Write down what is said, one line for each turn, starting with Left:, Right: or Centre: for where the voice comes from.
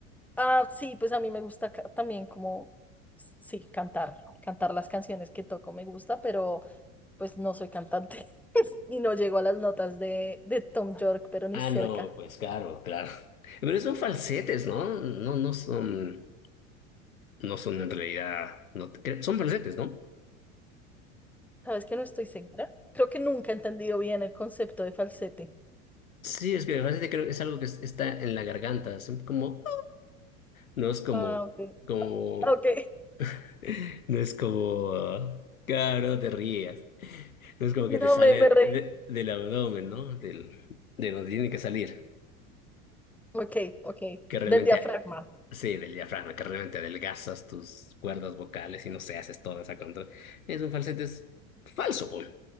Centre: ah, sí, pues a mí me gusta ca- también como, sí, cantar, cantar las canciones que toco me gusta, pero pues no soy cantante <laughs> y no llego a las notas de, de Tom York, pero ni
Left: Ah,
Centre: cerca.
Left: no, pues claro, claro. Pero son falsetes, ¿no? No, no son, no son en realidad, no te cre- son falsetes, ¿no?
Centre: ¿Sabes que no estoy segura? Creo que nunca he entendido bien el concepto de falsete.
Left: Sí, es que el falsete creo que es algo que es- está en la garganta, es como, no es como,
Centre: Ah, ok.
Left: como,
Centre: Ok,
Left: <laughs> no es como, ah, claro, no te rías, no es como
Centre: no
Left: que te sale
Centre: me, me reí.
Left: de- del abdomen, ¿no? Del, de donde tiene que salir.
Centre: Ok, ok,
Left: que realmente,
Centre: del diafragma.
Left: sí, del diafragma, que realmente adelgazas tus cuerdas vocales y no se haces toda esa contra. Es un falsete es falso, pues.